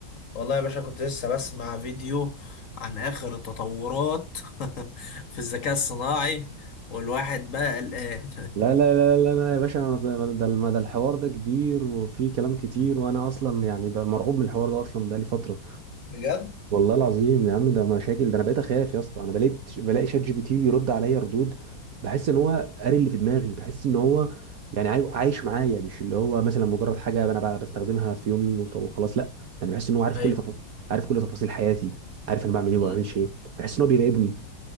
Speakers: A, on the left; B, on the right.
A: والله يا باشا كنت لسه بسمع فيديو عن اخر التطورات <laughs> في الذكاء الصناعي والواحد بقى قلقان
B: لا لا لا لا لا يا باشا ما ده ما ده الحوار ده كبير وفيه كلام كتير
A: <laughs>
B: وانا اصلا يعني بقى مرعوب من الحوار ده اصلا بقالي فترة
A: بجد
B: والله العظيم يا عم ده مشاكل ده انا بقيت اخاف يا اسطى انا بقيت بلاقي شات جي بي تي بيرد عليا ردود بحس ان هو قاري اللي في دماغي بحس ان هو يعني عاي- عايش معايا مش اللي هو مثلا مجرد حاجه انا ب- بستخدمها في يومي وط- وخلاص لا ده انا بحس ان هو عارف
A: ايوه
B: كل تف... عارف كل تفاصيل حياتي عارف انا بعمل ايه
A: أمم.
B: وما بعملش ايه بحس ان هو بيراقبني